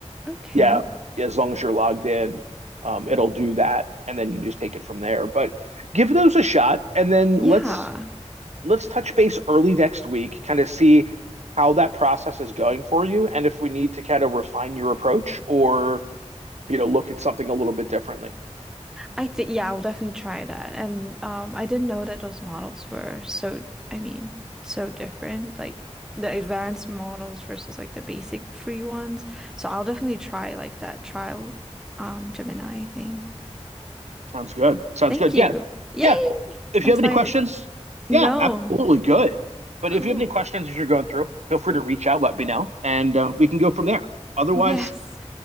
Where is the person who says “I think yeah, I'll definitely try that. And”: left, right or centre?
Centre